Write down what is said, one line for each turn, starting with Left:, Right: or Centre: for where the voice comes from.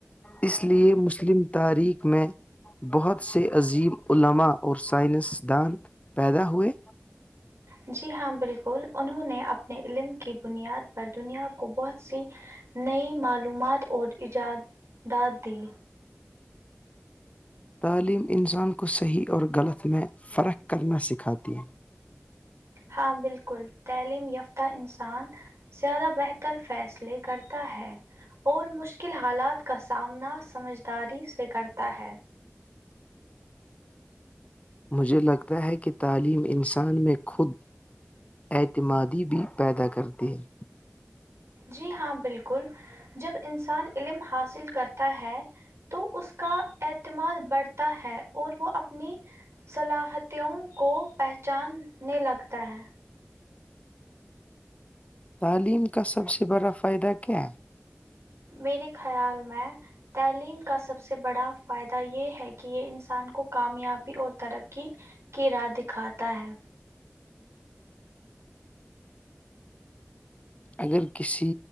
Left: اس لیے مسلم تاریخ میں بہت سے عظیم علماء اور سائنسدان پیدا ہوئے
Right: جی ہاں بالکل انہوں نے اپنے علم کی بنیاد پر دنیا کو بہت سی نئی معلومات اور ایجاداد دی
Left: تعلیم انسان کو صحیح اور غلط میں فرق کرنا سکھاتی ہے
Right: ہاں بالکل تعلیم یافتہ انسان زیادہ بہتر فیصلے کرتا ہے اور مشکل حالات کا سامنا سمجھداری سے کرتا ہے
Left: مجھے لگتا ہے کہ تعلیم انسان میں خود اعتمادی بھی پیدا کرتے ہیں
Right: جی ہاں بالکل جب انسان علم حاصل کرتا ہے تو اس کا اعتماد بڑھتا ہے اور وہ اپنی صلاحیتیوں کو پہچاننے لگتا ہے
Left: تعلیم کا سب سے بڑا فائدہ کیا ہے
Right: میرے خیال میں تعلیم کا سب سے بڑا فائدہ یہ ہے کہ یہ انسان کو کامیابی اور ترقی کی راہ دکھاتا ہے
Left: اگر کسی